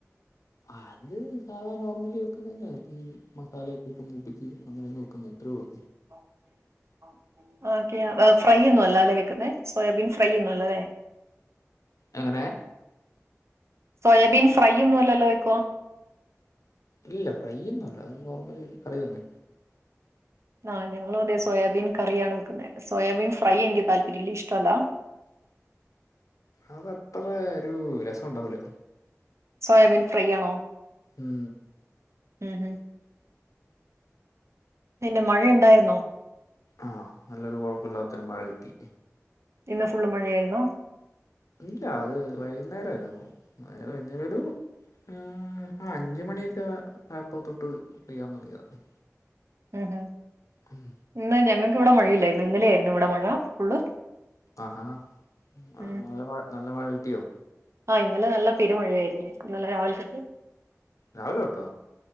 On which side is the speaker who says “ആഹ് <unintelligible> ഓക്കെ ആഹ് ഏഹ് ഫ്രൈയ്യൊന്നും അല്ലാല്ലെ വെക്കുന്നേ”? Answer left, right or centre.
Right